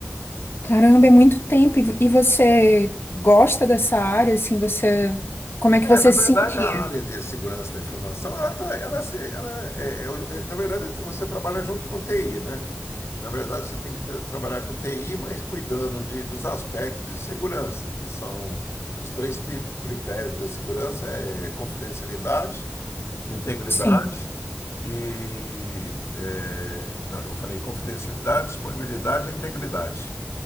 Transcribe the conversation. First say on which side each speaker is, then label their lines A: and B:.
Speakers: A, on the left; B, on the left.
A: Caramba, é muito tempo. E, v- e você gosta dessa área, assim, você, como é que
B: É,
A: você
B: na verdade,
A: se sentia?
B: a área de segurança da informação, ela tá, ela se, ela é, é, eu- é, na verdade, você trabalha junto com TI, né? Na verdade, você tem que tra- trabalhar com TI, mas cuidando de, dos aspectos de segurança, que são os três tri- tripés da segurança, é confidencialidade, integridade
A: Sim,
B: e... é, não, eu falei confidencialidade, disponibilidade e integridade.